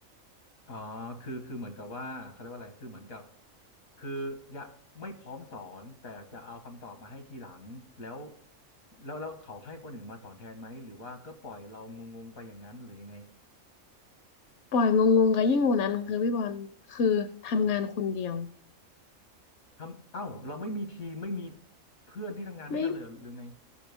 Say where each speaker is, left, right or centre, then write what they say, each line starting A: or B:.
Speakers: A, on the left (about 85°); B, on the left (about 65°).
A: อ๋อคือคือเหมือนกับว่าเขาเรียกว่าอะไรคือเหมือนกับคืออย่าไม่พร้อมสอนแต่จะเอาคำตอบมาให้ทีหลังแล้วแล้วแล้วเขาให้คนอื่นมาสอนแทนไหมหรือว่าก็ปล่อยเรางงๆไปอย่างนั้นหรือยังไง
B: ปล่อยงงๆกัยิ่งกว่านั้นคือพี่บอลคือทำงานคนเดียว
A: ทำเอ้าเราไม่มีทีมไม่มีเพื่อนที่ทำงานด้วยกันเลยหรือไง
B: ไม่